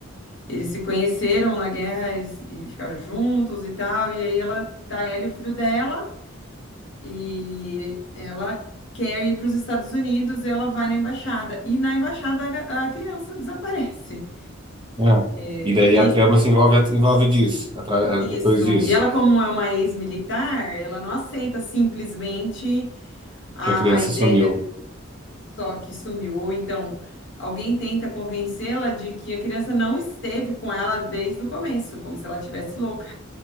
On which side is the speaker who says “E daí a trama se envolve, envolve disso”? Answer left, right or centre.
Right